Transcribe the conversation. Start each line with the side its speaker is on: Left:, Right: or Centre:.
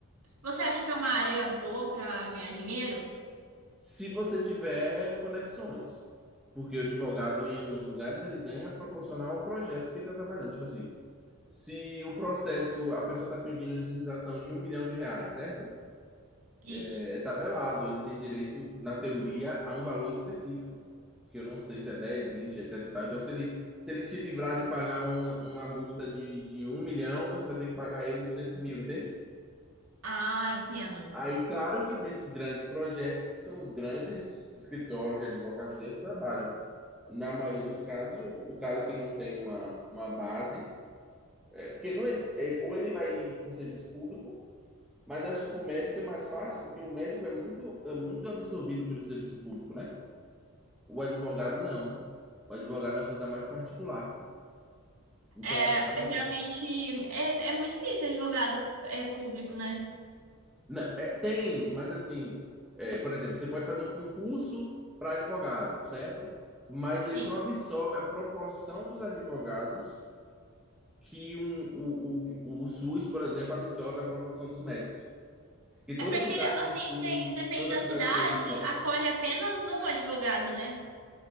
Right: Você acha que é uma área boa pra ganhar dinheiro?
Centre: se você tiver conexões. Porque o advogado, em alguns lugares, ele ganha proporcional ao projeto que ele está trabalhando. Tipo assim, se o processo, a pessoa está pedindo indenização de um milhão de reais, certo? É
Right: Isso.
Centre: é tabelado, ele tem direito, na teoria, a um valor específico. Que eu não sei se é 10, 20, etc. e tal. Então, se ele, se ele te livrar de pagar uma, uma multa de, de um milhão, você vai ter que pagar ele 200 mil, entende?
Right: Ah, entendo.
Centre: Aí, claro que nesses grandes projetos, que são os grandes escritórios de advocacia que trabalham. Na maioria dos casos, o cara que não tem uma, uma base, é, porque não ex- é, ou ele vai por serviço público, mas acho que para o médico é mais fácil, porque o médico é muito, é muito absorvido pelo serviço público, né? O advogado não. O advogado é uma coisa mais particular. Então
Right: É,
Centre: acaba.
Right: geralmente é, é muito difícil advogado é, público, né?
Centre: Não, é, tem, mas assim, é, por exemplo, você pode fazer um concurso para advogado, certo? Mas
Right: Sim.
Centre: ele não absorve a proporção dos advogados que um, o, o, o SUS, por exemplo, absorve a proporção dos médicos. E
Right: É
Centre: toda
Right: porque,
Centre: cidade
Right: assim,
Centre: tem SUS,
Right: tem- depende
Centre: toda
Right: da
Centre: cidade
Right: cidade,
Centre: tem UPA.
Right: acolhe apenas um advogado, né?